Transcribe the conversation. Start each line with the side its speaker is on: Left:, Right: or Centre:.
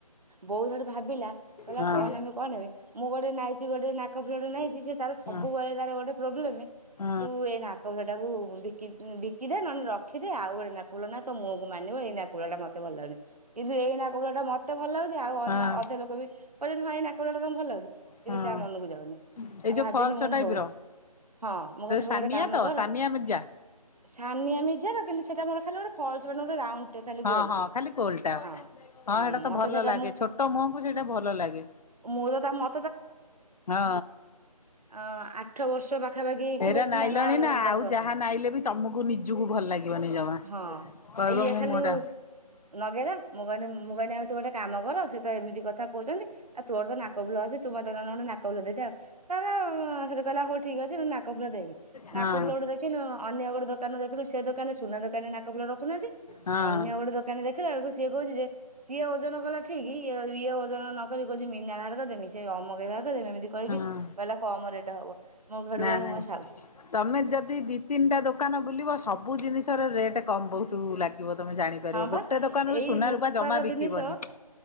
Right: ବୋଉ ହେଟୁ ଭାବିଲା କହିଲା
Left: ହଁ
Right: କଣ ନେମି କଣ ନେମି ମୁଁ ଗୋଟେ ନାଇଚି ଗୋଟେ ନାକ ଫୁଲ ଗୋଟେ ନାଇଚି ସେ ତାର ସବୁବେଳେ
Left: ହଁ
Right: ତାର ଗୋଟେ ପ୍ରୋବ୍ଲେମ
Left: ହଁ।
Right: ତୁ ଏଇ ନାକ ଫୁଲଟାକୁ ବିକି ବିକିଦେ ନହେଲେ ରଖ ରଖି ଦେ ଆଉ ଗୋଟେ ନାକ ଫୁଲ ନା ତୋ ମୁହଁ କୁ ମାନିବ ଏଇ ନାକ ଫୁଲ ଟା ମତେ ଭଲ ଲାଗୁନି। କିନ୍ତୁ ଏଇ ନାକ ଫୁଲ ଟା ମତେ ଭଲ ଲାଗୁଚି ଆଉ ଅନ
Left: ହଁ
Right: ଅଧେ ଲୋକ ବି କହଚନ୍ତି ହଁ ଏଇ ନାକ ଫୁଲ ଟା ତମକୁ ଭଲ ଲାଗୁଚି। କିନ୍ତୁ
Left: ହଁ
Right: ତା ମନକୁ ଯାଉନି
Left: ଏଇ
Right: ଆ
Left: ଯୋଉ
Right: ଭାବିନି
Left: ଫଲସ
Right: ମୁଁ କହିଲି
Left: ଟାଇପ
Right: ହଉ
Left: ର
Right: ହଁ ମୁଁ କହିଲି ହୋଉ
Left: ସାନିଆ
Right: ଗଟେ କାମ
Left: ତ
Right: କର
Left: ସାନିଆ ମିର୍ଜା।
Right: ସାନିଆ ମିର୍ଜା ର କିନ୍ତୁ ସେଟା ମୋର ଖାଲି ଗୋଟେ ଫଲସ ମାନେ ଗୋଟେ ରାଉଣ୍ଡ ଟେ ଖାଲି
Left: ହଁ
Right: ଗୋଲଟେ
Left: ହଁ ଖାଲି ଗୋଲଟା
Right: ହଁ।
Left: ହଁ
Right: ଆଉ
Left: ହେଟା ତ
Right: ମତେ
Left: ଭଲ
Right: ସେଇଟା
Left: ଲାଗେ
Right: ମୁଁ
Left: ଛୋଟ ମୁହଁକୁ ସେଇଟା ଭଲ ଲାଗେ।
Right: ମୁଁ ତ ତା ମ
Left: ହଁ
Right: ଅ ଆଠ ବର୍ଷ ପାଖାପାଖି କି
Left: ଏରା
Right: ବେଶୀ
Left: ନାଇଲଣି
Right: ନଅ
Left: ନା ଆଉ
Right: ଦଶ ବର୍ଷ
Left: ଜା ତାହା
Right: ହେଲା
Left: ନାଇଁଲେ ବି ତମକୁ ନିଜକୁ ଭଲ ଲାଗିବନି ଜମା
Right: ହଁ
Left: କହିବ
Right: ଆଉ ଇଏ
Left: ମୁଁ
Right: ଖାଲି
Left: ମୋ ଟା
Right: ନଗେଇଲା ମୁଁ କହିନି ମୁଁ କହିନି ଆଉ ତୁ ଗୋଟେ କାମ କର ସେ ତ ଏମିତି କଥା କହୁଚନ୍ତି ଆଉ ତୋର ତ ନାକ ଫୁଲ ଅଛି ତୁ ମତେ ନହେଲେ ଗୋଟେ ନାକଫୁଲ ଦେଇଥା ଆଉ <unintelligible> ସେଠୁ କହିଲା ହଉ ଠିକ୍ ଅଛି ତୁ ନାକ କ ଫୁଲ ଦେଖ
Left: ହଁ
Right: ନାକଫୁଲ ଗୋଟ ଦେଖିନୁ ଅନ୍ୟ ଗୋଟେ ଦୋକାନ ରେ ଦେଖିଲୁ ସେ ଦୋକାନ ସୁନା ଦୋ ଦୋକାନରେ ନାକ ଫୁଲ ରଖୁନାହାନ୍ତି
Left: ହଁ
Right: ଅନ୍ୟ ଗୋଟେ ଦୋକାନୀ ଦେଖିଲା ବେଳକୁ ସେ ସିଏ କହୁଚି ଯେ ସିଏ ଓଜନ କଲା ଠିକ ଇଏ ଇଏ ଓଜନ ନକରିକି କହୁଚି ମିନା ବାହାର କରି ଦେମି। ସେ ଆମକେଇ ବା ଏମିତି କହିକି
Left: ହଁ।
Right: କହିଲା କମ ରେଟ ହବ ମୁଁ ହେଠୁ
Left: ନା
Right: କହିଲି
Left: ନା
Right: ମୁଁ କହିଲି ଥାଉ।
Left: ତମେ ଯଦି ଦି ତିନିଟା ଦୋକାନ ବୁଲିବ ସବୁ ଜିନିଷ ର ରେଟ୍ କମ ବହୁତ ଲାଗିବ। ତମେ ଜାଣିପାରିବ
Right: ହଁ ବା
Left: ଗୋଟେ ଦୋକାନରୁ
Right: ଏଇ
Left: ସୁନ
Right: ରୂପାର
Left: ରୂପା ଜମା ବିକିବନି।
Right: ଜିନିଷ